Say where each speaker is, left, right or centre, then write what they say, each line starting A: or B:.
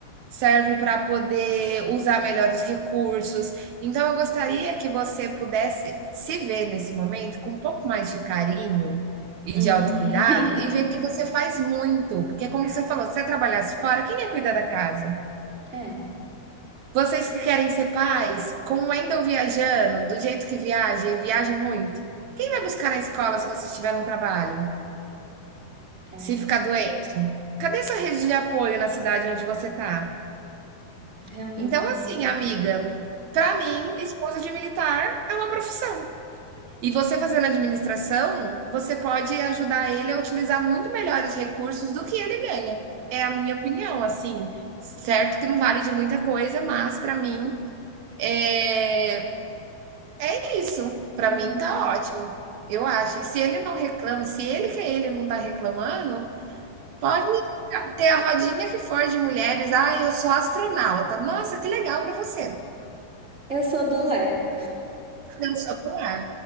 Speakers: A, on the right (about 80°); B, on the right (about 15°).
A: serve para poder usar melhores recursos. Então, eu gostaria que você pudesse se ver nesse momento com um pouco mais de carinho E
B: Hum.
A: de autocuidado,
B: <laughs>
A: e ver que você faz muito, porque como você falou, se você trabalhasse fora, quem ia cuidar da casa?
B: É,
A: Vocês que querem ser pais, como ainda eu viajando, do jeito que viaja, e viaja muito, quem vai buscar na escola se você estiver num trabalho?
B: é,
A: Se ficar doente? Cadê sua rede de apoio na cidade onde você tá?
B: realmente.
A: Então, assim,
B: Uhum.
A: amiga, pra mim, esposa de militar é uma profissão. E você fazendo administração, você pode ajudar ele a utilizar muito melhor os recursos do que ele ganha. É a minha opinião, assim. Certo que não vale de muita coisa, mas para mim é, é isso. Para
B: <laughs>
A: mim tá ótimo. Eu acho. E se ele não reclama, se ele que é ele não tá reclamando, pode ter a rodinha que for de mulheres. Ah, eu sou astronauta. Nossa, que legal para você.
B: Eu sou do lar.
A: Eu sou do lar.